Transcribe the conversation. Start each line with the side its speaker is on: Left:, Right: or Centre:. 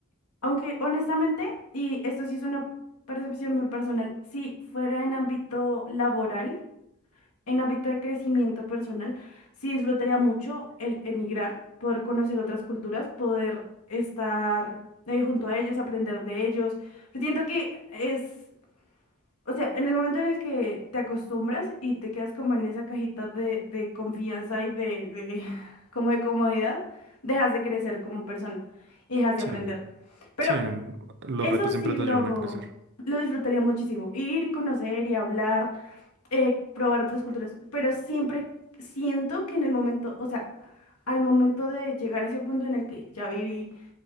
Left: Aunque honestamente, y esto sí es una percepción muy personal, si fuera en ámbito laboral, En ámbito de crecimiento personal, sí disfrutaría mucho el emigrar, poder conocer otras culturas, poder estar eh, junto a ellos, aprender de ellos. Pero siento que es, o sea, en el momento en el que te acostumbras y te quedas como en esa cajita de, de confianza y de, de, <laughs> como de comodidad, dejas de crecer como persona y dejas de
Right: Sí,
Left: aprender. Pero
Right: sí, los
Left: eso
Right: retos
Left: sí
Right: siempre
Left: lo,
Right: te ayudan a crecer.
Left: lo disfrutaría muchísimo. Ir, conocer y hablar, eh, probar otras culturas. Pero siempre siento que en el momento, o sea, al momento de llegar a ese punto en el que ya viví,